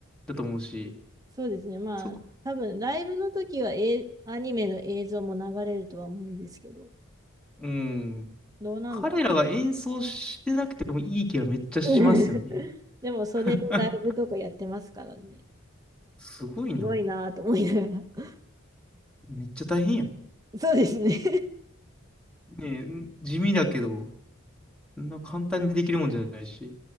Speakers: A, in the centre; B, on the right.
A: だと思うし、
B: そうですね。まあ、
A: そ、
B: 多分ライブの時は、え、アニメの映像も流れるとは思うんですけど、
A: うん。
B: どうなんだろ
A: 彼らが演奏してなくてもいい気はめっちゃしますよね。
B: う。<laughs> でも、それでライブとかやってますからね。
A: <laughs> すごいな。
B: すごいなと思いながら。
A: めっちゃ大変やん。
B: <laughs> そうですね。
A: ねえ、地味だけど、そんな簡単にできるもんじゃないし。